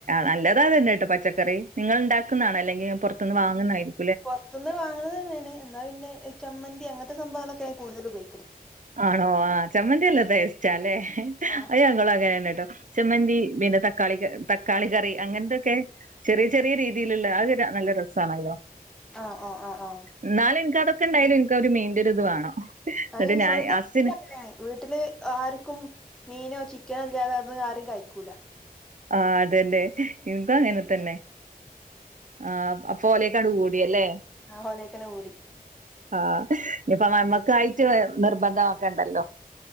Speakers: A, on the right; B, in the centre.
A: നല്ലതാതന്നെ കേട്ടോ പച്ചക്കറി നിങ്ങൾ ഉണ്ടാക്കുന്നണോ അല്ലെങ്കിൽ പുറത്തുന്ന് വാങ്ങുന്നതായിരിക്കും
B: പുറത്തുന്ന് വാങ്ങണത് തന്നെയാണ് എന്നാ പിന്നെ ചമ്മന്തി അങ്ങനത്തെ സംഭവങ്ങളൊക്കെയാ കൂടുതൽ ഉപയോഗിക്കല്
A: ആണോ ആ ചമ്മന്തി നല്ല ടേസ്റ്റാ അല്ലേ
B: ആഹ്
A: അയ്യോ അങ്ങളും അങ്ങനെയാണെട്ടോ ചെമ്മന്തി പിന്നെ തക്കാളി തക്കാളിക്ക തക്കാളി കറി അങ്ങനത്തൊക്കെ ചെറിയ ചെറിയ രീതിയിലുള്ള അത് നല്ല രസാണല്ലോ
B: ആഹ് ആഹ് ആഹ് ആഹ്
A: എന്നാലും എനിക്ക്‌ അതൊക്കെ ഇണ്ടായാലും എനിക്ക് ആ ഒരു മീനിന്റെ ഒരു ഇത് വേണം. എന്നിട്ട്
B: അയ്യോ
A: ഞാൻ
B: സ്വന്തം
A: ഹസ്സിന്
B: വീട്ടില് അങ്ങനെയ വീട്ടിൽ ആർക്കും മീനോ ചിക്കനല്ലാതെ അത് ആരും കഴിക്കുല്ലാ
A: ആ അതന്നെ, എനക്കും അങ്ങനെ തന്നെ. ആ അപ്പോലേക്ക്‌ അങ്ങ് കൂടിയല്ലേ
B: ആ ഹോലേക്കനെ ഓടി
A: ആ ഇനിപ്പ നമ്മക്കായിട്ട് നിർബന്ധമാക്കണ്ടല്ലോ